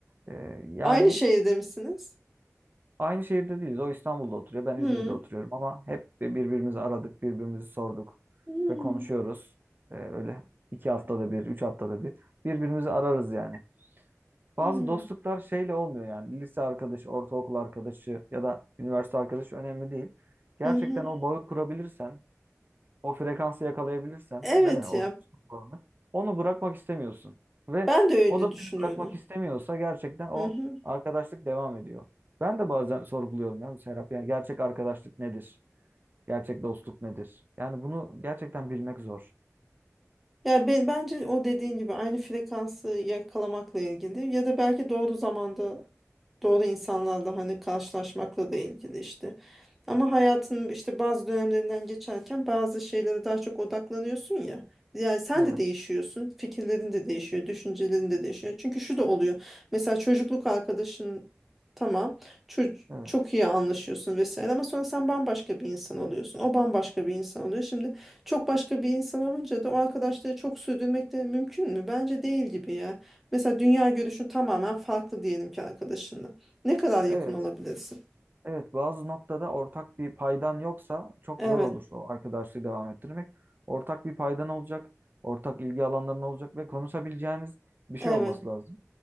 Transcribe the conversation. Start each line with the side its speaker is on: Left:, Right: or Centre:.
Right: E, yani
Centre: Aynı şehirde misiniz?
Right: aynı şehirde değiliz. O İstanbul'da oturuyor. Ben İzmir'de
Centre: Hı.
Right: oturuyorum ama hep birbirimizi aradık, birbirimizi sorduk
Centre: Hı.
Right: ve konuşuyoruz. E, öyle iki haftada bir, üç haftada bir birbirimizi ararız yani. Bazı
Centre: Hı.
Right: dostluklar şeyle olmuyor yani. Lise arkadaşı, ortaokul arkadaşı ya da üniversite arkadaşı önemli değil. Gerçekten
Centre: Hı hı.
Right: o bağı kurabilirsen, o frekansı yakalayabilirsen,
Centre: Evet
Right: değil mi? O
Centre: ya
Right: dostluk bağını. Onu bırakmak istemiyorsun. Ve
Centre: ben de öyle
Right: o da
Centre: düşünüyorum.
Right: seni bırakmak istemiyorsa gerçekten o
Centre: Hı hı.
Right: arkadaşlık devam ediyor. Ben de bazen sorguluyorum yani Serap. Yani gerçek arkadaşlık nedir? Gerçek dostluk nedir? Yani bunu gerçekten bilmek zor.
Centre: Ya be- bence o dediğin gibi aynı frekansı yakalamakla ilgili ya da belki doğru zamanda doğru insanlarla hani karşılaşmakla da ilgili işte. Ama hayatın işte bazı dönemlerinden geçerken bazı şeylere daha çok odaklanıyorsun ya. Yani sen
Right: Evet,
Centre: de değişiyorsun, fikirlerin de değişiyor, düşüncelerin de değişiyor. Çünkü şu da oluyor. Mesela çocukluk arkadaşın tamam, çok,
Right: evet,
Centre: çok iyi anlaşıyorsun vesaire ama sonra sen bambaşka bir insan oluyorsun. O bambaşka bir insan oluyor. Şimdi çok başka bir insan olunca da o arkadaşları çok sürdürmek de mümkün mü? Bence değil gibi ya. Mesela dünya görüşün tamamen farklı diyelim ki arkadaşınla. Ne kadar yakın
Right: evet.
Centre: olabilirsin?
Right: Evet, bazı noktada ortak bir paydan yoksa çok
Centre: Evet,
Right: zor olur o arkadaşlığı devam ettirmek. Ortak bir paydan olacak, ortak ilgi alanların olacak ve konuşabileceğiniz bir şey
Centre: evet.
Right: olması lazım.